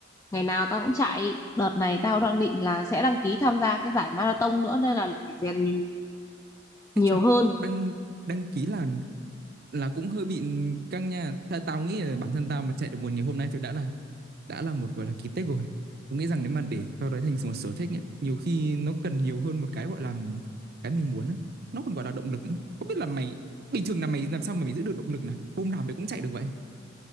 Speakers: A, on the left; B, on the right.
A: ngày nào tao cũng chạy. Đợt này tao đang định là sẽ đăng ký tham gia cái giải marathon nữa nên là lại phải rèn
B: Ấy
A: nhiều
B: chà,
A: hơn.
B: đăng đăng ký là là cũng hơi bị căng nha. Tha- Tao nghĩ là bản thân tao mà chạy được một ngày hôm nay thì đã là đã là một gọi là kỳ tích rồi. Tôi nghĩ rằng nếu mà để cho đấy thành một sở thích ấy, nhiều khi nó cần nhiều hơn một cái gọi là cái mình muốn á. Nó còn gọi là động lực nữa. Không biết là mày bình thường là mày làm sao mà mày giữ được động lực này? Hôm nào mày cũng chạy được vậy?